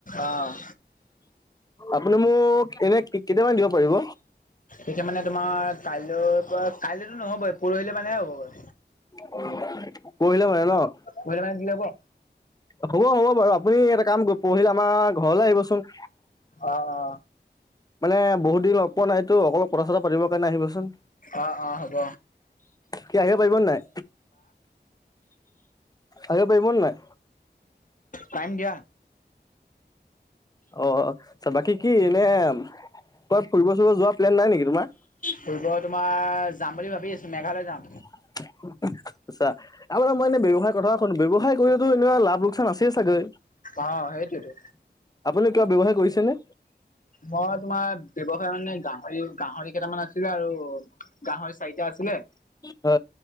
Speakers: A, on the left; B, on the left.
A: অ',
B: আপুনি মোক এনে কেতিয়া মানে দিব পাৰিব।
A: এতিয়া মানে তোমাৰ কাইলৈ পৰা কাইলৈতো নহ'ব পৰহিলৈ মানেহে হ'ব গৈ।
B: পৰহিলে মানে ন।
A: পৰহি মানে দিলে হ'ব।
B: হ'ব হ'ব বাৰু আপুনি এটা কাম পৰহিলে আমাৰ ঘৰলৈ আহিবচোন।
A: অ অ।
B: মানে বহুত দিন লগ পোৱা নাইতো অকলপ কথা চথা পাতিব কাৰণে আহিবচোন।
A: অ', অ', অ', হ'ব।
B: কি আহিব পাৰিব নে নাই। আহিব পাৰিব নে নাই।
A: টাইম দিয়া।
B: অ চব বাকী কি এনে ক'ৰবাত ফুৰিব চুৰিব যোৱা প্লেন নাই নেকি তোমাৰ।
A: ফুৰিব তোমাৰ যাম বুলি ভাবি আছোঁ মেঘালয় যাম।
B: <unintelligible> আচ্ছা আপোনাৰ মই এনে ব্যৱসায়ৰ কথা ক'লো ব্যৱসায় কৰিলে এনেও লাভ লোকচান আছে চাগে।
A: অ', সেইটোৱেতো।
B: কিবা ব্যৱসায় কৰিছে নে।
A: মই তোমাৰ ব্যৱসায় মানে গাহৰি গাহৰি কেইটামান আছিলে আৰু গাহৰি চাৰিটা আছিলে।
B: অ। <inaudible>